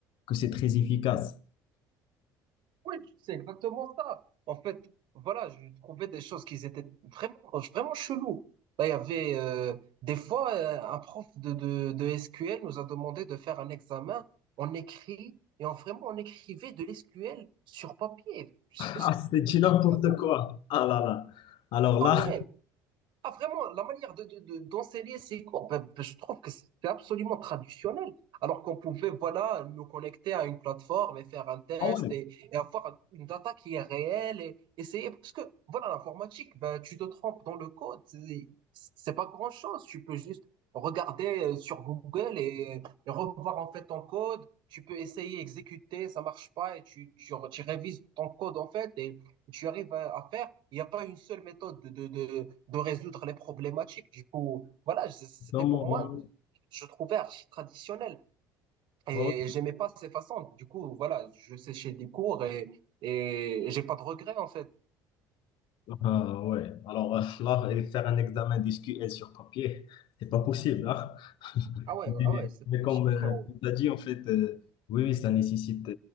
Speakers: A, on the left (about 65°); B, on the right (about 60°).
A: que c'est très efficace.
B: Oui, c'est exactement ça. En fait, voilà, je trouvais des choses qui étaient vraiment, vraiment cheloues. Là, il y avait euh, des fois euh, un prof de, de, de SQL nous a demandé de faire un examen en écrit et en vraiment on écrivait de l'SQL sur papier. Je,
A: Ah,
B: je trouvais
A: c'est du
B: ça
A: n'importe
B: très chelou.
A: quoi. Ah là là. Alors
B: Ah
A: là,
B: ouais, ah vraiment, la manière de, de- de- d'enseigner ces cours, ben, ben, je trouve que c'est absolument traditionnel. Alors qu'on pouvait, voilà, nous connecter à une plateforme et faire un test
A: ah ouais.
B: et, et avoir une data qui est réelle et essayer. Parce que, voilà, l'informatique, ben, tu te trompes dans le code, c'est c'est pas grand-chose. Tu peux juste regarder euh, sur Google et, et revoir en fait ton code. Tu peux essayer, exécuter, ça marche pas et tu, tu, tu révises ton code en fait. Et tu arrives à, à faire. Il n'y a pas une seule méthode de, de, de, de résoudre les problématiques. Du coup, voilà, c- c'était
A: Dans
B: pour
A: mon...
B: moi, je trouvais archi traditionnel. Et
A: ouais,
B: j'aimais pas ces façons. Du coup, voilà, je séchais des cours et, et j'ai pas de regrets, en fait.
A: Ah, ouais. Alors euh, là, et faire un examen d'SQL sur papier, c'est pas possible, hein. <laughs>
B: Ah ouais,
A: Mais,
B: ah ouais, c'est
A: mais
B: pas possible,
A: comme
B: frérot.
A: tu as dit, en fait, euh, oui, oui, ça nécessite.